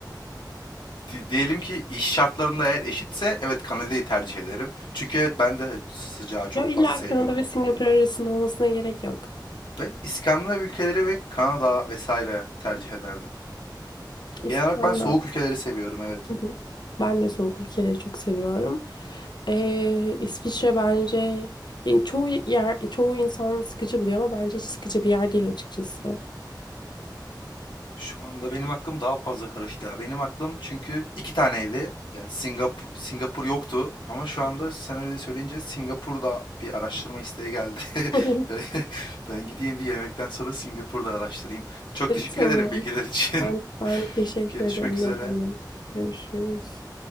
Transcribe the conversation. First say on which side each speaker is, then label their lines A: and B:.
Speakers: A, on the left (about 80°); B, on the left (about 65°).
A: Di diyelim ki iş şartlarında eğer eşitse evet Kanada'yı tercih ederim. Çünkü evet ben de sıcağı çok
B: Ya illa
A: fazla sevmiyorum.
B: Kanada ve Singapur arasında olmasına gerek yok.
A: Ben İskandinav ülkeleri ve Kanada vesaire tercih ederdim.
B: İskandinav.
A: Genel olarak ben soğuk ülkeleri seviyorum evet.
B: Hı hı. Ben de soğuk ülkeleri çok seviyorum. Ee, İsviçre bence yani çoğu yer çoğu insan sıkıcı buluyor ama bence hiç sıkıcı bir yer değil açıkçası.
A: Şu anda benim aklım daha fazla karıştı ya. Benim aklım çünkü iki taneydi. Yani Singapur, Singapur yoktu ama şu anda sen öyle söyleyince Singapur'da bir araştırma isteği geldi. <laughs>
B: <laughs>
A: Ben, ben gideyim bir yemekten sonra Singapur'da araştırayım. Çok teşekkür
B: Tamam.
A: ederim bilgiler için.
B: Ben, ben
A: <laughs>
B: teşekkür
A: Görüşmek
B: ederim.
A: üzere.
B: Ne demek. Görüşürüz.